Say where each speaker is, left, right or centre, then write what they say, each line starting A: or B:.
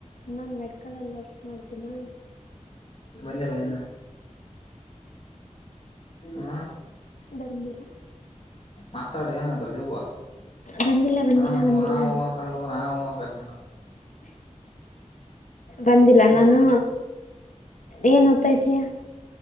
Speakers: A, on the left (about 75°); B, on the left (about 45°).
A: ನಾನ್ ಮೆಡಿಕಲ್ ಅಲ್ಲಿ ವರ್ಕ್ ಮಾಡ್ತೀಿನ
B: ಬಂದಿಲ್ಲ ಇನ್ನ ಹಾ
A: ಬಂದಿಲ್ಲ
B: ಮಾತಾಡ ಏನಂದ್ರು ದೆವ್ವ
A: ಬಂದಿಲ್ಲ ಬಂದಿಲ್ಲ
B: ಹಾ ಹೂ
A: ಬಂದಿಲ್ಲ
B: ಹಾ ಹೂ ಅನ್ಕೊಂಡು ಹಾ ಹೂ ಅನ್ಬೇಕ ನೋಡ
A: ಬಂದಿಲ್ಲ
B: ಕ್ತ
A: ನಾನು
B: <unintelligible>
A: ಏನ್ ಓದ್ತಾ ಇದ್ದೀಯ